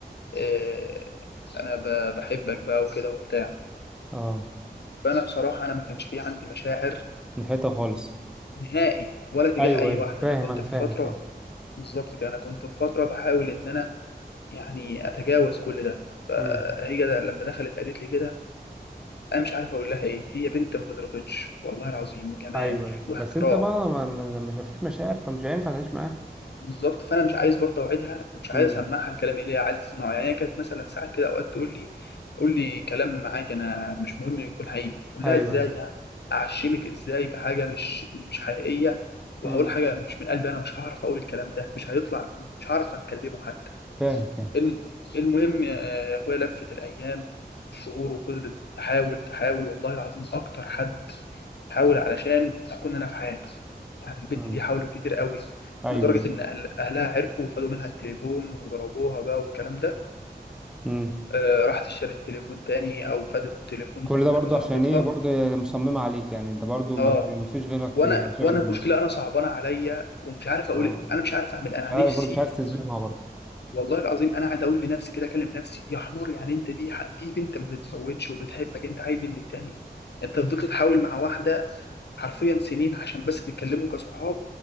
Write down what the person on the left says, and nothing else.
إيه انا ب- بحبك بقى وكده وبتاع
فانا بصراحه انا ما كانش في عندي مشاعر
نهائي ولا تجاه
اي
واحده
انا كنت
في
فتره
بالظبط كده انا كنت في فتره بحاول ان انا يعني اتجاوز كل ده فهي
ده لما دخلت قالت لي كده انا مش عارف اقول لها ايه هي بنت ما تترفضش والله العظيم جمال
واحترام
بالظبط فانا مش عايز برضه اوعدها ومش
عايز اسمعها الكلام اللي هي عايز تسمعه يعني هي كانت مثلا ساعات كده اوقات تقول لي قول لي كلام عادي انا مش مهم يكون حقيقي اقول
لها ازاي
يعني اعشمك ازاي بحاجه مش مش حقيقيه وهقول
حاجه مش من قلبي انا مش هعرف اقول الكلام ده مش هيطلع مش هعرف اتكلمه حتى
الم- المهم آه، اخويا لفت الايام الشهور وفضلت تحاول تحاول والله العظيم اكتر حد حاول علشان اكون انا في حياته يعني البنت
دي حاولت كتير قوي
لدرجه ان أهل اهلها عرفوا وخدوا منها التليفون وضربوها بقى والكلام ده
آه راحت اشترت تليفون تاني او خدت تليفون
من
واحده
صاحبتها
اه
وانا
وانا المشكله
انا صعبانه عليا ومش عارف اقول
إيه. انا مش عارف اعمل إيه.
انا
نفسي
والله العظيم انا قاعد اقول لنفسي كده اكلم نفسي يا حمار يعني انت دي دي بنت ما بتفوتش وبتحبك انت عايز إيه من التاني انت فضلت تحاول مع واحده حرفيا سنين عشان بس تتكلموا كصحاب